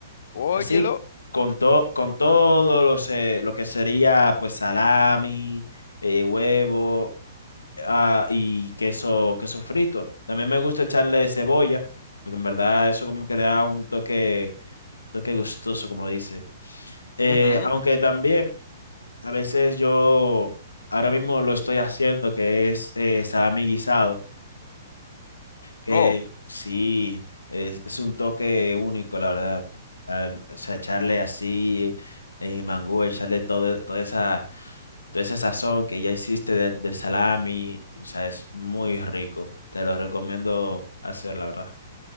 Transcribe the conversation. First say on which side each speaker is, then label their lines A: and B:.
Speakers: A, on the left; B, on the left.
A: óyelo.
B: Así, con, to- con todo los, eh, lo que sería pues salami, eh, huevo ah, y queso, queso frito. También me gusta echarle cebolla, porque en verdad eso como que le da un toque, toque gustoso, como dice. Eh,
A: Ujú.
B: aunque también a veces yo ahora mismo lo estoy haciendo, que es eh, salami guisado Que
A: Oh.
B: sí, es, es un toque único, la verdad. Al- o sea, echarle así en el mangú, echarle todo, toda esa, toda esa sazón que ya hiciste de- del salami, y, o sea, es muy rico. Te lo recomiendo hacer, la verdad.